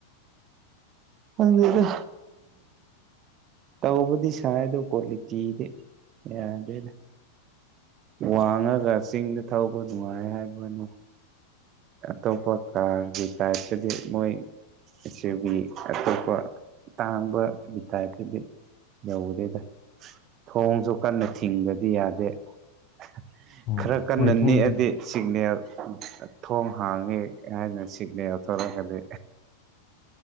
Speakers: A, on the right; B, on the left.
A: ꯑꯗꯨꯗ ꯇꯧꯕꯕꯨꯗꯤ ꯁꯥꯏꯗꯣ ꯀꯂ ꯀꯗꯤꯦ ꯌꯥꯗꯗ ꯋꯥꯡꯉꯒ ꯆꯤꯡꯗ ꯊꯧꯕ ꯅꯨꯡꯉꯥꯏ ꯍꯥꯏꯕꯅꯤ ꯑꯇꯣꯞꯄ ꯀꯥꯔꯒꯤ ꯇꯥꯏꯞꯇꯗꯤ ꯃꯣꯏ ꯑꯦ ꯕꯤ ꯑꯇꯣꯞꯄ ꯇꯥꯡꯕꯒꯤ ꯇꯥꯏꯞꯇꯗꯤ ꯌꯧꯗꯦꯗ ꯊꯣꯡꯁꯨ ꯀꯟꯅ ꯊꯤꯡꯕꯗꯤ ꯌꯥꯗꯦ <unintelligible>
B: ꯑꯣ
A: ꯈꯔ ꯀꯟꯅ
B: ꯍꯣꯏ ꯊꯣꯡꯗꯤ
A: ꯅꯦꯛꯑꯗꯤ ꯁꯤꯒꯅꯦꯜ ꯊꯣꯡ ꯍꯥꯡꯉꯤ ꯍꯥꯏꯅ ꯁꯤꯠꯅꯦ ꯂꯧꯎꯊꯣꯔꯛꯒꯗꯤ